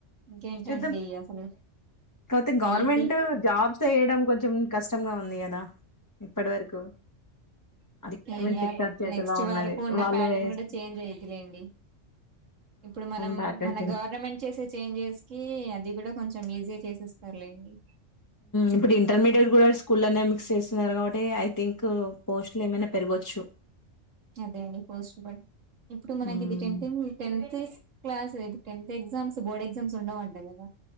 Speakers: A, on the right (about 85°); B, on the left (about 15°).
A: ఇంకేంటండి
B: చూద్దాం.
A: అసలు
B: లేకపోతే గవర్నమెంట్
A: అయ్యిద్ది
B: జాబ్స్ వేయడం కొంచెం కష్టంగా ఉంది కదా ఇప్పటి వరకు అది <unintelligible>
A: ఇంగా
B: సెక్టర్ చేతిలో
A: నెక్స్ట్
B: ఉన్నది
A: వరకు ఉన్న
B: వాళ్ళు
A: ప్యాటర్న్
B: వేస్తే
A: కూడా చేంజ్ అయ్యిద్దిలేండి ఇప్పుడు మనం
B: వాటిలో
A: మన గవర్నమెంట్ చేసే చేంజెస్ కి అది కూడా కొంచె ఈజీ చేసస్తే సరే లెండి
B: ఇప్పుడు ఇంటర్మీడియట్ కూడా స్కూల్ అనే మిక్స్ చేస్తున్నారు కాబట్టి ఐ థింక్ పోస్ట్లు ఏమైనా పెరగొచ్చు
A: అదే అండి ఫస్ట్ బ ఇప్పుడు మనకి
B: హ్మ్.
A: ఇది ట టెన్త్ క్లాస్ అ టెన్త్ ఎగ్జామ్స్ బోర్డ్ ఎగ్జామ్స్ ఉండవు అంట కథ